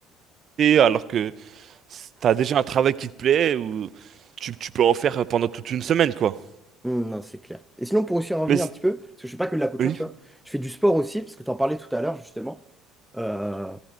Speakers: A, on the right; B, in the centre.
A: alors que s- t'as déjà un travail qui te plaît ou tu, tu peux en faire pendant toute une semaine, quoi.
B: Hum, Non, c'est clair. Et sinon, pour aussi en revenir
A: Mais
B: un petit
A: c-
B: peu, parce que je fais pas que de la couture,
A: oui.
B: tu vois, je fais du sport aussi, parce que tu en parlais tout à l'heure, justement. Euh,